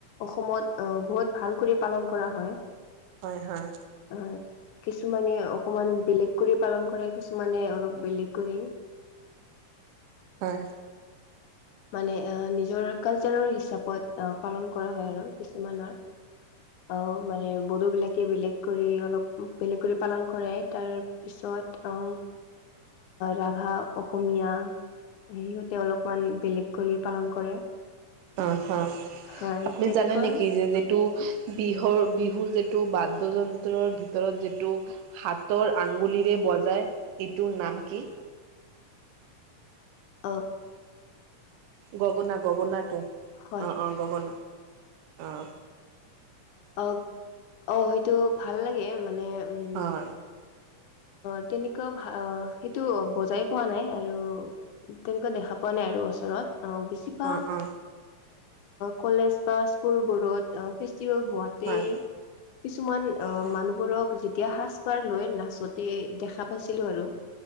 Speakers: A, on the left (about 75°); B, on the right (about 75°).
A: অসমত অ বহুত ভাল কৰি পালন কৰা হয়। <inaudible>
B: হয়, হয়,
A: হয়, কিছুমানে অকমান বেলেগ কৰি পালন কৰে কিছুমানে অলপ বেলেগ কৰি।
B: হয়,
A: মানে এ, নিজৰৰ কালচাৰৰ হিচাপত আহ পালন কৰা হয় আৰু কিছুমানত- অ, মানে বড়ো বিলাকে বেলেগ কৰি অলপ বেলেগ কৰি পালন কৰে তাৰ পিছত- অ ৰাভা, অসমীয়া সিহঁতে অলপমান- বেলেগ কৰি পালন কৰে।
B: অ হা
A: হয়
B: আপুনি
A: তেনেকৈ
B: জানে নেকি যে যিটো- বিহুৰ বিহুৰ যিটো বাদ্যযন্ত্ৰৰ ভিতৰত যিটো- হাতৰ আগুলিৰে বজাই এইটোৰ নাম কি?
A: অঁ
B: গগনা গগনাটো
A: হয়
B: অঁ অঁ গগনা অঁ
A: অ অ সেইটো ভাল মানে উম
B: হয়
A: - তেনেকুৱা ভা সেইটো বজাই- পোৱা নাই আৰু তেনেকুৱা দেখা পোৱা নাই আৰু ওচৰত অ বেছিভাগ-
B: অ অ
A: কলেজ বা স্কুল বৰ্তমান ফেষ্টিভেল হোৱাতে-
B: হয়
A: কিছুমান অ
B: হয়
A: মানুহবোৰক যেতিয়া সাজ পাৰ লৈ নাচতে দেখা- পাইছিলো আৰু